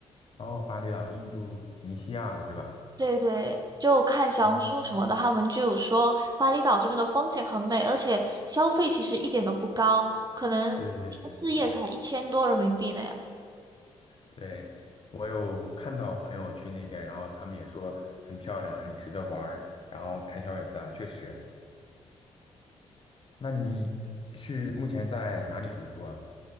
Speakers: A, on the left (about 40°); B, on the right (about 25°).
A: 哦，巴厘岛、印度尼西亚的是吧？
B: 对对，就看小红书什么的，
A: 嗯，
B: 他们就有说巴厘岛这边的风景很美，而且消费其实一点都不高，可能四夜才一千多人民币那样。
A: 对对对对对对，我有看到朋友去那边，然后他们也说很漂亮，很值得玩儿，然后开销也不大，确实。那你是目前在哪里读书啊？